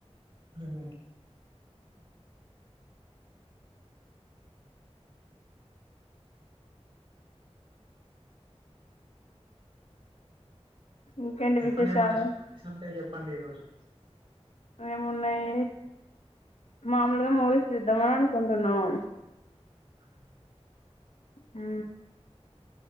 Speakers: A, on the right (about 50°); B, on the left (about 75°).
A: హహ
B: ఇంకేంటి
A: చెప్పండి
B: విశేషాలు
A: ఎమన్నా సోర్స్ ఉంటే చెప్ పండి ఈ రోజు
B: ఏమున్నాయి మామూలుగా మూవీస్ చూద్దామా అనుకుంటున్నాం
A: అహా
B: హు